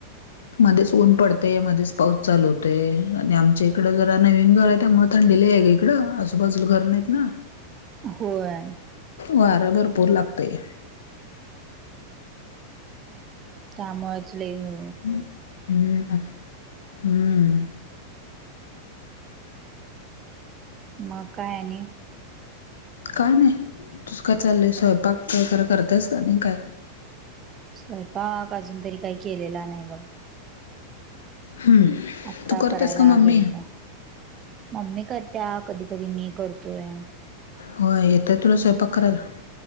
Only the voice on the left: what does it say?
मध्येच ऊन पडते मध्येच पाऊस चालवतते आणि आमच्या इकड जरा नवीन घर आहे त्यामुळे थंडी लई हाय ग इक इकडं आजूबाजूला घर नाहीत ना.
वार भरपूर लागतय
हम्म हम्म.
काय नाही तुस काय चाललंय स्वयंपाक करतस का नाही काय?
हम्म
तू करतेस
का मम्मी
होय येतोय तुला स्वयंपाक करायला?